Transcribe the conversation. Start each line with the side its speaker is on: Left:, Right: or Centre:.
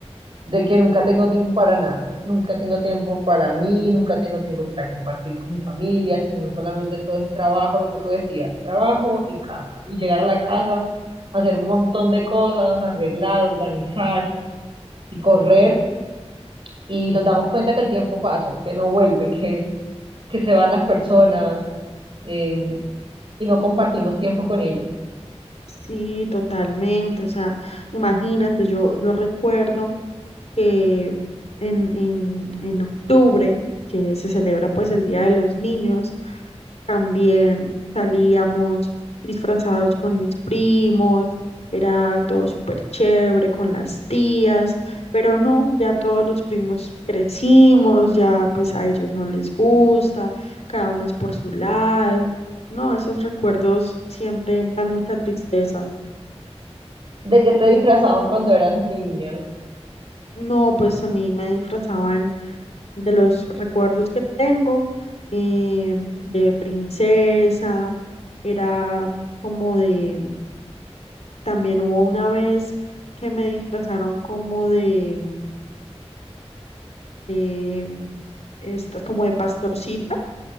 Right: de que nunca tengo tiempo para nada, nunca tengo tiempo para mí, nunca tengo tiempo para compartir con mi familia, sino solamente todo es trabajo, lo que tú decías, trabajo y casa. Y llegar a la casa, hacer un montón de cosas, arreglar, organizar y correr, y nos damos cuenta que el tiempo pasa, que no vuelve, que, que se van las personas eh, y no compartimos tiempo con ellas.
Left: Sí, totalmente. O sea, imagínate, yo, yo recuerdo que en, en, en octubre, que se celebra pues el Día de los Niños, también salíamos disfrazados con mis primos, era todo súper chévere con las tías, pero no, ya todos los primos crecimos, ya pues a ellos no les gusta, cada uno es por su lado. No, esos recuerdos siempre dan mucha tristeza.
Right: ¿De qué te disfrazaban cuando eras niña?
Left: No, pues a mí me disfrazaban de los recuerdos que tengo, eh, de princesa, era como de, también hubo una vez que me disfrazaron como de, mm, eh, estas, como de pastorcita.